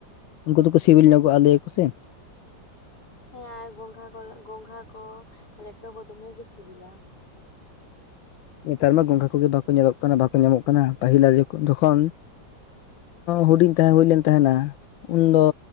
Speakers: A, on the left (about 80°); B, on the left (about 55°).
A: ᱩᱱᱠᱩ ᱫᱚᱠᱚ ᱥᱤᱵᱤᱞ ᱧᱚᱜᱚᱜᱼᱟ ᱞᱟᱹᱭᱟ ᱠᱚ ᱠᱩᱥᱤᱢ
B: ᱦᱮᱸ ᱟᱨ ᱜᱚᱝᱜᱷᱟ ᱠᱚ ᱜᱚᱝᱜᱷᱟ ᱠᱚ ᱞᱮᱴᱚ ᱠᱚ ᱫᱚᱢᱮ ᱜᱮ ᱥᱤᱵᱤᱞᱟ
A: ᱱᱮᱛᱟᱨ ᱢᱟ ᱜᱚᱸᱜᱷᱟ ᱠᱚᱜᱮ ᱵᱟᱠᱚ ᱧᱮᱞᱚᱜ ᱠᱟᱱᱟ ᱵᱟᱠᱚ ᱧᱟᱢᱚᱜ ᱠᱟᱱᱟ ᱯᱟᱹᱦᱤᱞ ᱡᱚᱠᱷᱚᱱ ᱦᱩᱰᱤᱧ ᱛᱟᱦᱮᱸ ᱦᱩᱭ ᱞᱮᱱ ᱛᱟᱦᱮᱱᱟ ᱩᱱᱫᱚ